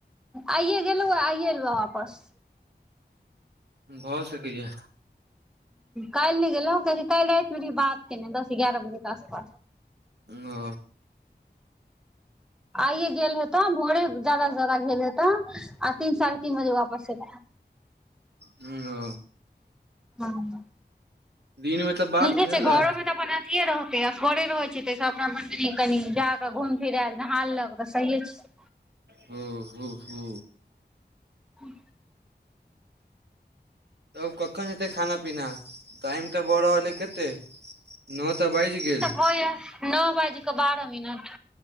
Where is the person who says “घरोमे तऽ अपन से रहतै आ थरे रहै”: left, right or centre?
Centre